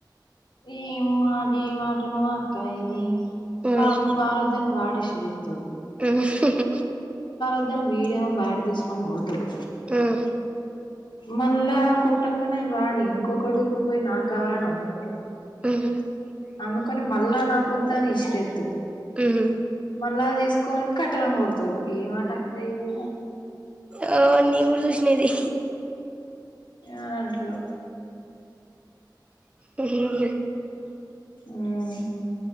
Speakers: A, on the left (about 80°); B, on the right (about 15°).
A: ఏమో అదెమాటనో అక్క ఇది
B: ఉమ్
A: వానికి బాలొద్దని వాడిస్ రేత్తడు
B: ఉమ్
A: ఒద్దని వీడేమో బ్యాట్ తీసుకొని కొడుతడు
B: ఉమ్
A: మళ్ళా కొట్టంగనే వాడు ఇంకొకడు ఊరికిపోయి నాగ్గావాలని అందుకుంటు
B: <unintelligible>
A: అందుకొని మళ్ళా నాకు ఒద్దని ఇసిరెత్తడు
B: ఉహు
A: మళ్ళా తీసుకొని కట్టెలని కొడతరు ఏం ఆట అక్క ఇది
B: ఆ నేను గుడ చూసిన ఇది
A: అని అంటారు
B: <unintelligible>
A: మ్